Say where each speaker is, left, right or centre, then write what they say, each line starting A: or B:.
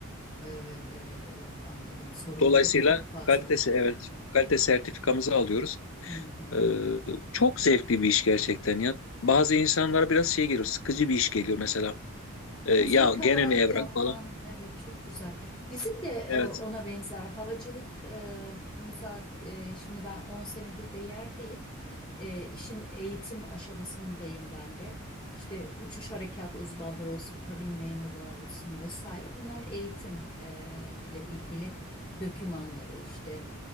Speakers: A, on the left; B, on the left.
A: Evet, evet, evet anladım. Sorumluluk
B: Dolayısıyla
A: çok fazla.
B: kalitesi evet kalite sertifikamızı alıyoruz.
A: Hı hı.
B: Ee, çok zevkli bir iş gerçekten ya. Bazı insanlara biraz şey geliyor, sıkıcı bir iş geliyor mesela. Ee,
A: Ama
B: ya
A: zevk alarak
B: gene mi evrak
A: yapman
B: falan?
A: evet çok güzel. Bizim de
B: Evet,
A: o- ona benzer havacılık e, mesela e, şimdi ben 10 senedir de yerdeyim. E, işin eğitim aşamasındayım ben de. İşte uçuş harekat uzmanları olsun, kabin memurları olsun vesaire. Bunların eğitim e, ile ilgili dokümanları işte